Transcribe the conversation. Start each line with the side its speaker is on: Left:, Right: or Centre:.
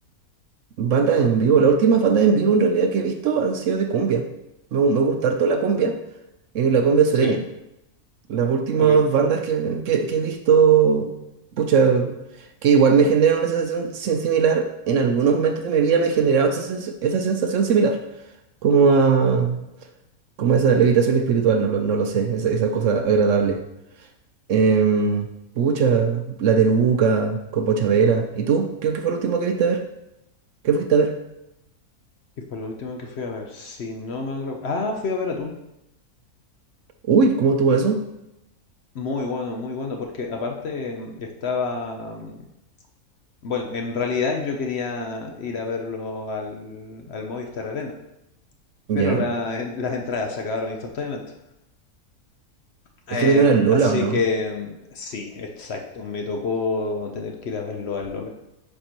Right: Bandas en vivo, las últimas bandas en vivo en realidad que he visto han sido de cumbia. Me, gu- me gusta harto la cumbia, eh, la cumbia sureña.
Left: Sí,
Right: Las últimas
Left: ok.
Right: bandas que, que- que he visto, pucha, que igual me generaron esa sensación sin- similar, en algunos momentos de mi vida me generaron esa, sens- esa sensación similar, como a como esa levitación espiritual, no lo, no lo sé, esa, esa cosa agradable. Em, pucha, La Teruca, con Pochavera. ¿Y tú? ¿Qué, qué fue lo último que viste a ver? ¿Qué fuiste a ver?
Left: Y fue lo último que fui a ver, si no mal recu- Ah, fui a ver a Tool.
Right: Uy, ¿cómo estuvo eso?
Left: Muy bueno, muy bueno, porque aparte mm, estaba... mm, Bueno, en realidad yo quería ir a verlo al, al Movistar Arena,
Right: ¿Ya?
Left: pero la- <laughs> las entradas se acabaron instantáneamente. Em,
Right: ¿Estoy viendo al Lola
Left: así
Right: o no?
Left: que em, sí, exacto. Me tocó tener que ir a verlo al Lola.